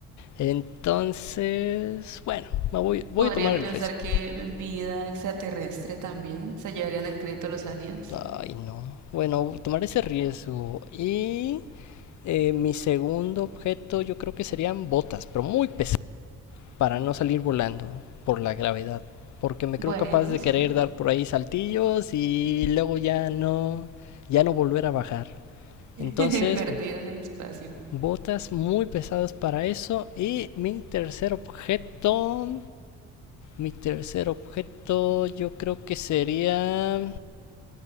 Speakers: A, on the left; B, on the right.
A: Entonces, bueno, me voy, voy
B: Podrían
A: a tomar
B: pensar
A: el riesgo.
B: que vida extraterrestre también, se llevarían el crédito los aliens.
A: Ay, no. Bueno, tomar ese riesgo. Y eh, mi segundo objeto yo creo que serían botas, pero muy pesadas para no salir volando por la gravedad. Porque me
B: Bueno,
A: creo capaz de
B: sí.
A: querer dar por ahí saltillos y luego ya no, ya no volver a bajar.
B: <laughs>
A: Entonces,
B: Perdido en el espacio.
A: botas muy pesadas para eso. Y mi tercer objeto, mi tercer objeto yo creo que sería